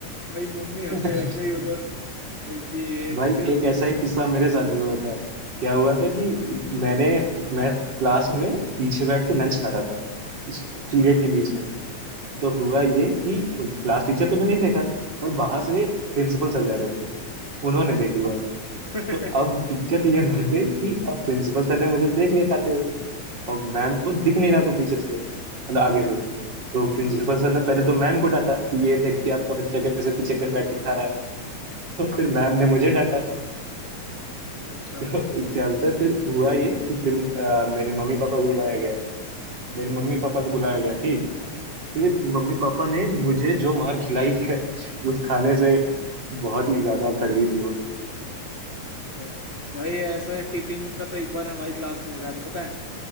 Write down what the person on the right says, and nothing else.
<laughs>
भाई
एक ऐसा ही किस्सा मेरे साथ भी हुआ था क्या हुआ था कि मैंने मैं क्लास में पीछे बैठ के लंच खा रहा था इस
पीरियड के बीच में तो हुआ ये कि क्लास टीचर तो ने नहीं देखा पर बाहर से प्रिंसिपल सर जा रहे थे उन्होंने
देख लिया
तो अब दिक्कत ये हो गई कि अब प्रिंसिपल सर ने मुझे देख लिया खाते हुए और मैम को दिख नहीं रहा था पीछे से मतलब आगे
से तो प्रिंसिपल सर ने पहले तो मैम को डांटा कि ये देखिए आपका बच्चा कैसे पीछे कर- बैठ के खा रहा है तो फिर मैम ने मुझे डांटा
तो क्या होता है फिर हुआ ये कि फिर अ, मेरे मम्मी पापा को बुलाया गया मेरे मम्मी पापा को बुलाया गया ठीक फिर
मम्मी पापा ने मुझे जो मार खिलाई है <laughs> उस खाने से बहुत ही ज्यादा कड़वी थी वो